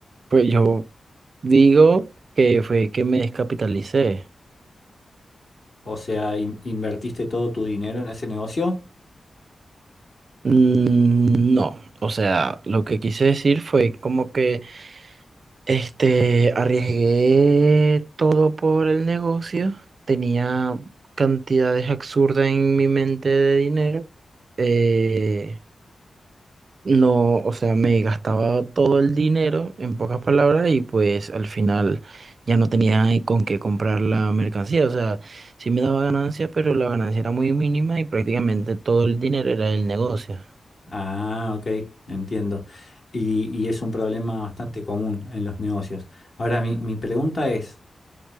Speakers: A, on the right (about 55°); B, on the left (about 50°).
A: pues yo digo que fue que me descapitalicé.
B: O sea, in- ¿invertiste todo tu dinero en ese negocio?
A: Mm, No, o sea, lo que quise decir fue como que... Este, arriesgué todo por el negocio. Tenía cantidades absurdas en mi mente de dinero. Eh, no, o sea, me gastaba todo el dinero, en pocas palabras, y pues al final ya no tenía con qué comprar la mercancía. O sea, sí me daba ganancia, pero la ganancia era muy mínima y prácticamente todo el dinero era del negocio.
B: Ah, ok, entiendo. Y, y es un problema bastante común en los negocios. Ahora, mi, mi pregunta es,